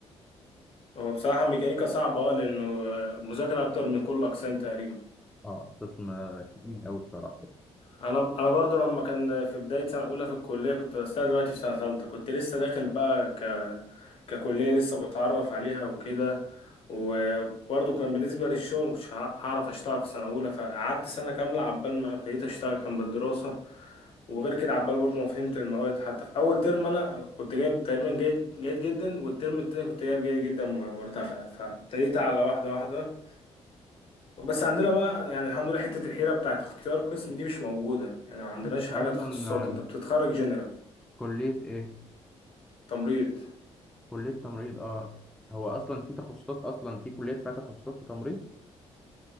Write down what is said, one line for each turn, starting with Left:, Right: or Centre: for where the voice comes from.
Left: هو بصراحة ميكانيكا صعبة اه لأنه آه، مذاكرة أكتر من كل الأقسام تقريبا
Centre: أه قسم آه، شديد أوي بصراحة
Left: انا انا برضو لما كان في بدايه سنه اولى في الكليه كنت بس أنا دلوقتي في سنه ثالثه كنت لسه داخل بقى ك ككليه لسه بتعرف عليها وكده وبرضو كان بالنسبه للشغل مش هع- هعرف اشتغل في سنه اولى فقعدت سنه كامله عبال ما ابتديت اشتغل كان بالدراسه وغير كده عبال برضو ما فهمت المواد حتى في اول ترم انا كنت جايب تقريبا جيد جيد جدا والترم التاني كنت جايب جيد جدا مرتفع فابتديت على واحده واحده بس عندنا بقى يعني الحمد لله حتة الحيرة بتاعت اختيار قسم دي مش موجودة يعني ما عندناش
Centre: أنت
Left: حاجة
Centre: أصلا
Left: تخصصات
Centre: آه،
Left: انت بتتخرج جنرال
Centre: كلية إيه؟
Left: تمريض
Centre: كلية تمريض أه هو أصلا في تخصصات أصلا في كليات فيها تخصصات في تمريض